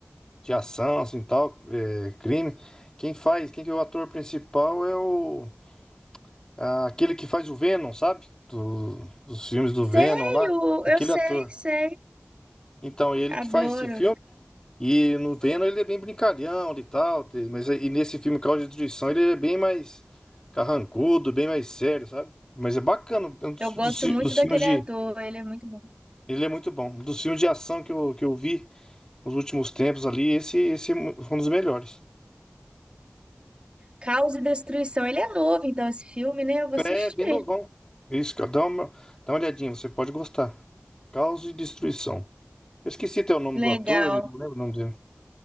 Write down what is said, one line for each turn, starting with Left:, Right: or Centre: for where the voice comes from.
Left: de ação, assim, tal, é, crime. Quem faz, quem que é o ator principal é o, ah, aquele que faz o Venom, sabe? Do- dos filmes do Venom
Right: Sei,
Left: lá,
Right: o-
Left: aquele
Right: eu sei,
Left: ator.
Right: sei.
Left: Então, ele
Right: Adoro.
Left: que faz esse filme. E no Venom ele é bem brincalhão e tal, te- mas aí- e nesse filme Causa de Destruição ele é bem mais carrancudo, bem mais sério, sabe? Mas é bacana, é um dos,
Right: Eu gosto
Left: dos fi-
Right: muito
Left: dos
Right: daquele
Left: filmes de.
Right: ator. Ele é muito bom.
Left: Ele é muito bom. Dos filmes de ação que eu, que eu vi nos últimos tempos ali, esse, esse é mu- foi um dos melhores.
Right: Caos e Destruição. Ele é novo, então, esse filme, né? Eu vou
Left: É
Right: assistir.
Left: bem novão. Isso, cara, dá uma, dá uma olhadinha, você pode gostar. Causa de Destruição. Eu esqueci até o nome
Right: Legal.
Left: do ator, não lembro o nome dele.